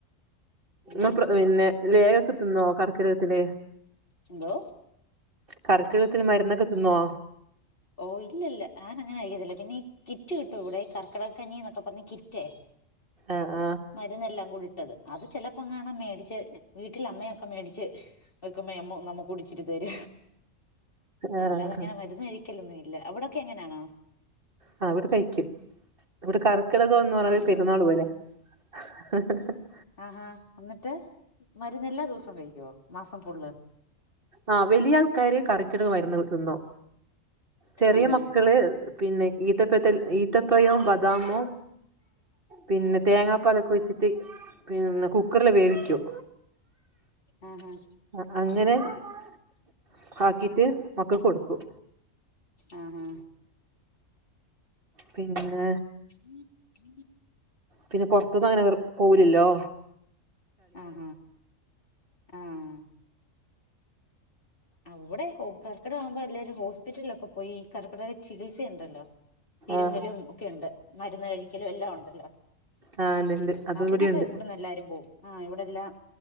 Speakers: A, on the left; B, on the right.
A: പിന്നെ
B: മ്മ <unintelligible>
A: എന്താ
B: പിന്നെ ലേഗൊക്കെ തിന്നോ? കർക്കിടകത്തില്.
A: എന്തോ
B: കർക്കിടകത്തില് മരുന്നൊക്കെ തിന്നോ?
A: ഓ, ഇല്ല ല്ല. ഞാനങ്ങനെ കഴിക്കത്തില്ല. പിന്നെ ഈ കിറ്റ് കിട്ടു ഇവിടെ. ഈ കർക്കടകഞ്ഞി എന്നൊക്കെ പറഞ്ഞ് കിറ്റേ
B: ആ അ.
A: മരുന്നെല്ലാം കൂടി ഇട്ടത് അത് ചിലപ്പോങ്ങണൻ മേടിച്ച് വീട്ടിലമ്മയൊക്കെ മേടിച്ച് എക്കമ്മ നമ്മ കുടി ച്ചി തര
B: ആഹ്
A: അല്ലാതെ അങ്ങനെ മരുന്ന് കഴിക്കലൊന്നും ഇല്ല അവിടൊക്കെ എങ്ങനാണോ
B: അ, ഇവിടെ കഴിക്കും. ഇവിടെ കറക്കിടകംന്ന് പറഞ്ഞ
A: ആഹാ
B: പെരുന്നാള് പോലെയാ <unintelligible>
A: ആഹാ! എന്നിട്ട് മരുന്ന് എല്ലാ ദിവസം കഴിക്കുവോ? മാസം ഫുള്ള്.
B: ആ വലിയ ആൾക്കാരെ കറിക്കിടമായിന്ന നിന്നോ. ചെറിയ
A: ആഹാ
B: മക്കള് പിന്നെ ഈത്തപ്പത്തെ ഈത്തപ്പയോ ബദാമോ പിന്നെ തേങ്ങാപ്പാലൊക്കെ ഒയ് ച്ചിട്ട് പിന്നെ കുക്കറില് വേവിക്കും
A: ആഹ ഹഹ
B: അ, അങ്ങനെ <inaudible> ആക്കിട്ട് മക്കൾക്ക് കൊടുക്കും.
A: ആഹ് ഹഹ
B: പിന്നെ
A: ഉം ഉം
B: പിന്നെ പുറത്തൊന്നും അങ്ങനെ പോവുലല്ലോ.
A: ആഹ് ഹ ആഹ് അവിടെ ഹോക്കാർ കി ടാകുമ്പോ എല്ലാരും ഹോസ്പിറ്റലിൽ ഒക്കെ പോയി കർക്കിടക ചികിത്സ ഉണ്ടല്ലോ തിരുമമ
B: ആഹ്
A: ലും ഒക്കെ ഉണ്ട് മരുന്ന് കഴിക്കലും എല്ലാം ഉണ്ടല്ലോ
B: ആഹ് ഇണ്ട് ഇണ്ട് അത്
A: അതിനൊക്കെ
B: ഇവിടെയുണ്ട്
A: ഇവിടുന്ന് എല്ലാരും പോകു ആ ഇവിടെ എല്ലാം